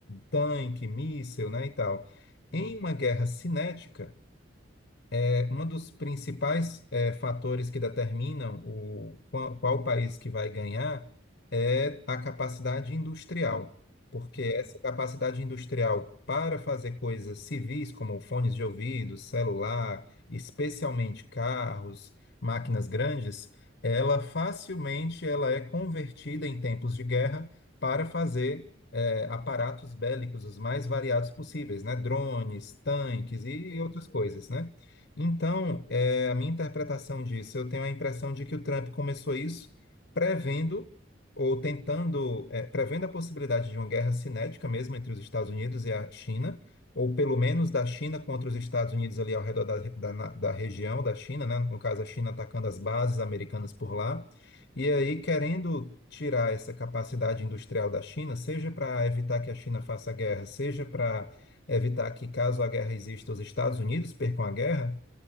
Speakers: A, on the left; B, on the left.
A: tanque, míssil, né, e tal.
B: Hum.
A: Em uma guerra cinética, é, um dos principais é, fatores que determinam o, qual, qual país que vai ganhar é a capacidade industrial, porque
B: Uhum.
A: essa capacidade industrial para fazer coisas civis, como fones de ouvido, celular, especialmente carros, máquinas grandes, ela facilmente ela é convertida em tempos de guerra para fazer eh, aparatos bélicos os mais variados possíveis, né? Drones, tanques e
B: Sim,
A: e outras
B: sim.
A: coisas, né? Então, é, a minha interpretação disso, eu tenho a impressão de que o Trump começou isso prevendo ou tentando, é, prevendo a possibilidade de uma guerra cinética mesmo entre os Estados Unidos e a China, ou pelo menos da China contra os Estados Unidos ali ao redor da, da, na- da região da China, né? No caso, a China atacando as bases americanas por lá. E aí, querendo tirar essa capacidade industrial da China, seja para evitar que a China faça guerra, seja para evitar que, caso a guerra exista, os Estados Unidos percam a guerra,